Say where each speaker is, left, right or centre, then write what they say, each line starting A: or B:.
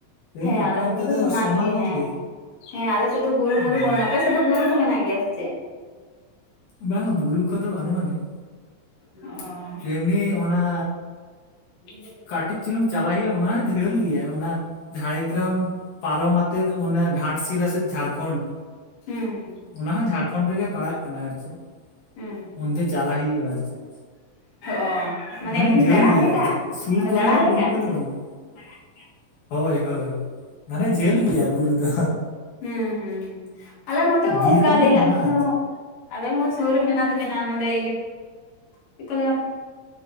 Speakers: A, on the left; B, on the left.
A: ᱞᱟᱹᱭᱟᱹᱧ
B: ᱦᱮᱸ
A: ᱟᱯᱮ
B: ᱟᱞᱮ
A: ᱚᱱᱛᱮ
B: ᱱᱚᱛᱮ
A: ᱫᱚ ᱥᱚᱢᱟᱱ ᱚᱛ
B: ᱦᱮᱸ
A: ᱜᱮ
B: ᱦᱮᱸ ᱟᱞᱮ ᱥᱮᱫ ᱫᱚ ᱵᱩᱨᱩ
A: ᱚ
B: ᱵᱩᱨᱩ ᱵᱟᱹᱱᱩᱜᱼᱟ ᱟᱯᱮ ᱥᱮᱫ ᱫᱚ ᱵᱩᱨᱩ ᱠᱚ ᱢᱮᱱᱟᱜ ᱜᱮᱭᱟ ᱥᱮ ᱪᱮᱫ
A: ᱵᱟᱝ ᱵᱩᱨᱩ ᱠᱚ ᱛᱚ <unintelligible> ᱟᱱᱤᱡ
B: ᱚ
A: ᱮᱢᱱᱤ ᱚᱱᱟ
B: ᱦᱮᱸ <unintelligible>
A: ᱠᱟᱹᱴᱤᱡ ᱪᱩᱞᱩᱧ ᱪᱟᱞᱟᱜ ᱪᱟᱞᱟᱜ ᱜᱮᱭᱟ ᱚᱱᱟᱭ ᱡᱷᱟᱹᱞ ᱜᱮᱭᱟ ᱚᱱᱟ ᱡᱷᱟᱲᱜᱨᱟᱢ ᱯᱟᱨᱚᱢᱛᱮ ᱢᱟᱱᱮ ᱜᱷᱟᱴᱥᱤᱞ ᱥᱮᱫ ᱡᱷᱟᱲᱠᱷᱚᱱᱰ
B: ᱦᱮᱸ
A: ᱚᱱᱟ ᱦᱚᱸ ᱡᱷᱟᱲᱠᱷᱚᱱᱰ ᱨᱮᱜᱮ ᱯᱟᱲᱟᱜ ᱠᱟᱱᱟ ᱟᱨ ᱪᱮᱫ
B: ᱦᱩᱸ
A: ᱚᱱᱛᱮ ᱪᱟᱞᱟᱜ ᱦᱩᱭᱩᱜ-ᱟ ᱟᱨ ᱪᱮᱫ
B: ᱚ
A: ᱢᱟᱱᱮ
B: ᱮᱢᱱᱤ
A: ᱡᱷᱟᱹᱞ
B: ᱫᱟᱬᱟᱱ
A: ᱜᱮᱭᱟ
B: ᱞᱮᱠᱟ
A: ᱟᱨ ᱪᱮᱫ ᱥᱩᱨ
B: ᱢᱟᱱᱮ
A: ᱠᱚᱨᱮ
B: ᱫᱟᱬᱟᱱ
A: ᱫᱚ ᱵᱩᱨᱩ
B: ᱞᱮᱠᱟ
A: ᱠᱚᱫᱚ ᱵᱟᱹᱱᱩᱜ-ᱟ ᱦᱳᱭ ᱦᱳᱭ ᱢᱟᱱᱮ ᱡᱷᱟᱹᱞ ᱜᱮᱭᱟ ᱵᱩᱨᱩ ᱫᱚ
B: ᱦᱮᱸ ᱦᱮᱸ ᱦᱚᱸ ᱟᱞᱮ ᱱᱚᱛᱮ ᱦᱚᱸ
A: ᱵᱤᱨ
B: ᱚᱱᱠᱟ
A: ᱠᱚᱜᱮ
B: ᱞᱟᱹᱭ ᱞᱟᱜ
A: ᱢᱮᱱᱟᱜᱼᱟ
B: ᱫᱚ
A: ᱟᱨ ᱪᱮᱫ
B: ᱟᱞᱮ ᱦᱚᱸ ᱥᱩᱨ ᱨᱮ ᱢᱮᱱᱟᱜ ᱫᱚ ᱢᱮᱱᱟᱜ-ᱟ ᱱᱚᱰᱮ ᱪᱮᱫ ᱠᱚ ᱞᱟ. ᱭᱟ